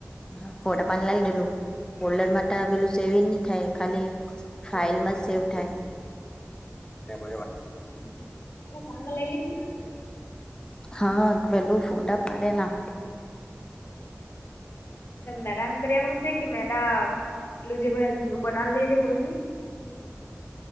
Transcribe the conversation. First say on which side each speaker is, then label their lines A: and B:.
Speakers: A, on the left; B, on the left.
A: હા ફોટા પાન લાવી દેલું ફલ્ડર માટે પેલું સેવિંગ નહી થાય ખાલી ફાઇલ મ જ સેવ થાય એ બ વા
B: તારા ફોન માં લઈ લીધી હોય ને
A: હા પેલું ફોટા પાડેલા
B: મેરા એમ કરવાનું છે કે મેરા પલું જે ભડા જૂનું બનાવ લે રે ખબર કે